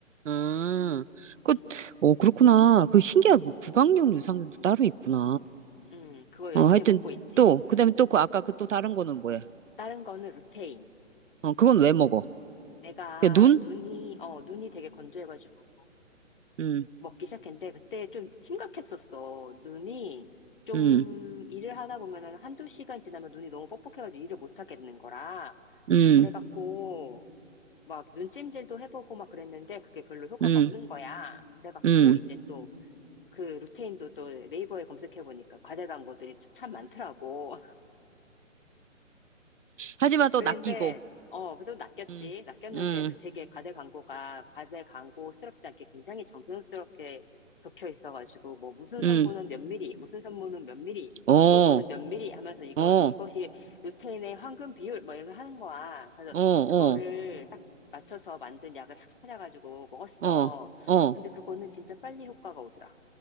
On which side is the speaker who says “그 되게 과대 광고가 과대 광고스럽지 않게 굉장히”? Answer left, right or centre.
Left